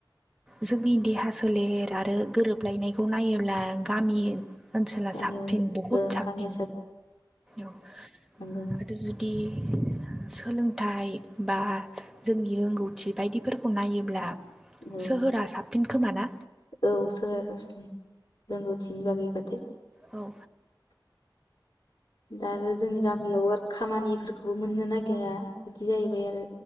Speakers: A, in the centre; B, on the left.
A: जोंनि देहा सोलेर आरो गोरोबलायनायखौ नायोब अब्ला गामि
B: उम,
A: ओनसोला
B: गामियाव
A: साबसिन बहुद
B: ओं
A: साबसिन
B: गामिया
A: औ
B: नंगौ
A: <unintelligible> आरो जुदि सोलोंथाइ बा जोंनि रोंगौथि बायदिफोरखौ नायोब्ला
B: औ
A: सोहोरा साबसिन खोमा ना
B: औ साया ससि <inaudible> रोंगौथिनि बागै बाथाय
A: औ
B: दा आरो जोंनि गामियाव आरो खामानिफोरखौबो मोननो नागिरा बिदि जाहैबाय आरो